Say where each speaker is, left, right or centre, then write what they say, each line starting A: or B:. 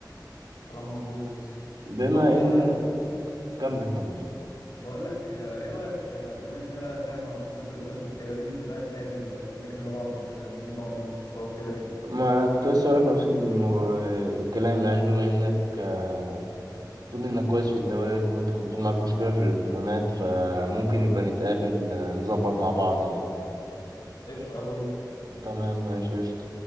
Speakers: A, on the left; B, on the right.
A: كلام مظبوط
B: بما
A: طب ايه
B: ان
A: رأيك
B: كمل كمل
A: بقول لك آه، ايه رأيك آه، بما اننا بقى طلعنا في نفس القسم وكده ننزل بقى نتقابل آه، نذاكر لبعض مثلا ندي لبعض ملخصات كده يعني
B: ما انا كنت لسه هقولك نفس المو... الكلام يعني بما انك آه، تقول انك كويس في الدوائر وانت كنت بتقول معاك مشكله في الالكترونات فممكن يبقى نتقابل آه، نظبط مع بعض يعني
A: قشطة يلا بينا
B: تمام ماشي قشطة